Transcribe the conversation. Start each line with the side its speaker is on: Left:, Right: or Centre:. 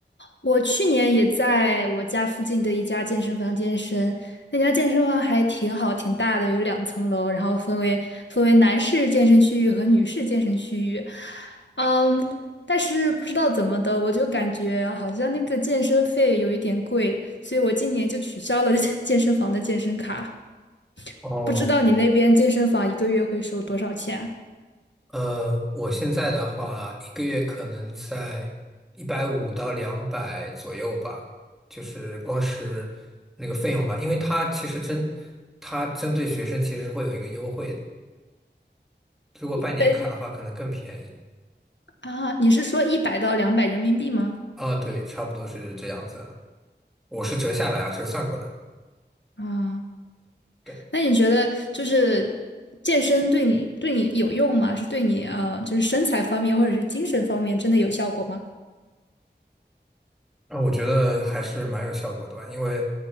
Left: 我去年也在我家附近的一家健身房健身，那家健身房还挺好，挺大的，有两层楼，然后分为分为男士健身区域和女士健身区域。嗯，但是不知道怎么的，我就感觉好像那个健身费有一点贵，所以我今年就取消了 <laughs> 健身房的健身卡。
Centre: 哦，
Left: 不知道你那边健身房一个月会收多少钱？
Centre: 呃，我现在的话，一个月可能在一百五到两百左右吧，就是光是那个费用吧，因为它其实针，它针对学生其实会有一个优惠的如果办年卡的话，
Left: 呃
Centre: 可能更便宜。
Left: 啊，你是说一百到两百人民币吗？
Centre: 啊，对，差不多是这样子，我是折下来啊，折算过来。
Left: 啊。
Centre: 对。
Left: 那你觉得就是健身对你对你有用吗？是对你呃，就是身材方面或者是精神方面真的有效果吗？
Centre: 啊，我觉得还是蛮有效果的吧，因为